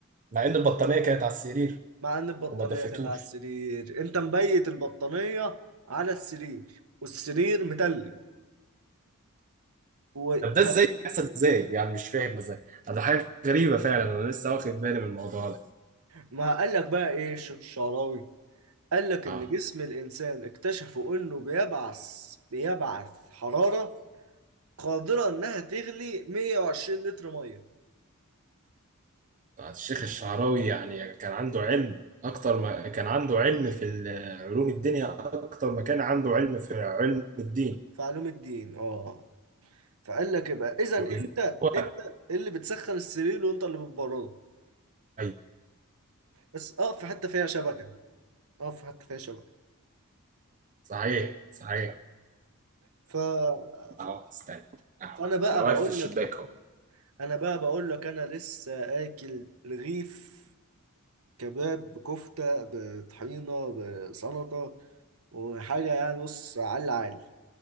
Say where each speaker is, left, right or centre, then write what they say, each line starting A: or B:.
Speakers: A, on the right; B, on the right.
A: مع ان البطانيه كانت على السرير
B: مع ان البطانيه
A: وما دفتوش
B: كانت على السرير انت مبيت البطانيه على السرير والسرير متلج و...
A: طب ده
B: و...
A: ازاي بيحصل ازاي يعني مش فاهم مثلا ده حاجه غريبه فعلا انا لسه واخد بالي من الموضوع ده
B: ما قال لك بقى ايه الشيخ الشعراوي قال لك
A: اه
B: إن جسم الإنسان اكتشفوا إنه بيبعث بيبعث حرارة قادرة إنها تغلي 120 لتر مية
A: الشيخ الشعراوي يعني كان عنده علم اكتر ما كان عنده علم في ال- علوم الدنيا اكتر ما كان عنده علم في علم الدين
B: في علوم الدين آه فقال لك يبقى إذا
A: ولذلك
B: أنت
A: هو
B: أنت اللي بتسخن السرير وأنت اللي بتبرده
A: أيوة،
B: بس أقف في حتة فيها شبكة أقف في حتة فيها شبكة
A: صحيح صحيح
B: ف... ف...
A: اهو استنى اهو
B: فأنا بقى
A: انا واقف
B: بقول
A: في الشباك
B: لك
A: اهو
B: أنا بقى بقول لك أنا لسه آكل رغيف كباب بكفتة بطحينة بسلطة وحاجة يعني بص على العال